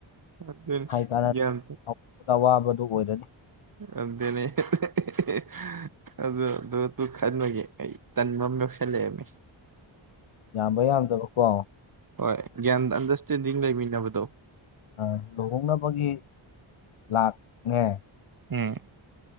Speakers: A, on the right; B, on the left.
A: ꯑꯗꯨꯅꯤ
B: ꯍꯥꯏ ꯀꯥꯟꯅꯗ꯭ꯔꯦ
A: ꯒ꯭ꯌꯥꯟ
B: ꯑꯋꯥꯕꯗ ꯑꯋꯥꯕꯗꯨ ꯑꯣꯏꯔꯅꯤ
A: <unintelligible> ꯑꯗꯨ ꯗꯨ ꯗꯨ ꯈꯟꯕꯒꯤ ꯑꯩ ꯇꯟꯕ ꯌꯧꯁꯜꯂꯛꯑꯦꯃꯤ
B: ꯌꯥꯝꯕ ꯌꯥꯝꯗꯕꯀꯣ
A: ꯍꯣꯏ ꯒ꯭ꯌꯥꯟ ꯑꯟꯗ꯭ꯔꯁꯇꯦꯟꯗꯤꯡ ꯂꯩꯃꯤꯟꯅꯕꯗꯣ
B: ꯑ ꯂꯨꯍꯣꯡꯅꯕꯒꯤ ꯂꯥꯛꯅꯦ
A: ꯎꯝ